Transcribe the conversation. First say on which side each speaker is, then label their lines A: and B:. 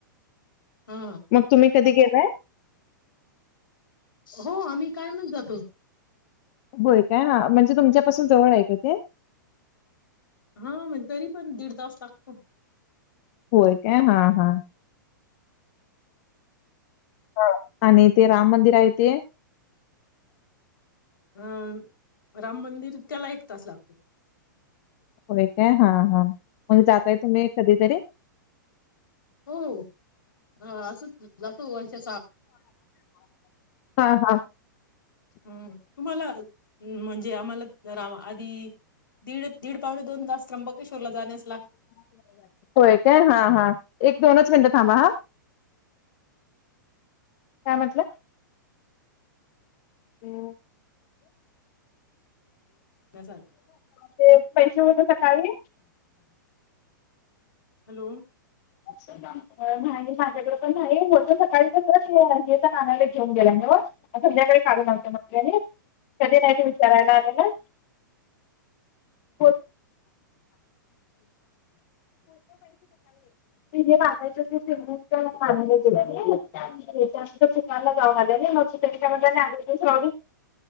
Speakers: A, on the left (about 80°); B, on the left (about 50°).
A: हा
B: मग तुम्ही कधी गेलाय?
A: हो आम्ही कायमच जातो.
B: होय काय हा म्हणजे तुमच्यापासून जवळ आहे का ते?
A: हा म्हण तरी पण दीड तास लागतो.
B: होय काय हा हा. हां आणि ते राम मंदिर आहे ते?
A: अं राम मंदिर त्याला एक तास लागतो.
B: होय काय हा हा मग जातय तुम्ही कधीतरी?
A: हो ह असच जातो वर्षा
B: हा हा.
A: हम्म तुम्हाला म्हणजे आम्हाला रा आधी दीड दीड पावणे दोन तास त्र्यंबकेश्वरला जाण्यास लाग
B: होय काय हा हा एक दोनच मिनटं थांबा हा. काय म्हटलं? <unintelligible>
A: सारखं
B: ते पैसे होते सकाळी
A: हॅलो!
B: <inaudible> नाही माझ्याकडे पण नाही होते सकाळीच नानाला घेऊन गेला नव्ह. संध्याकाळी काढून आणतो म्हटल्याली कधी नाही ते विचारायला आलेला. <unintelligible> <unintelligible> म जे मागायच ते सेव मागयला गेलं दुकानला जाऊन आले मग त त्यांच्या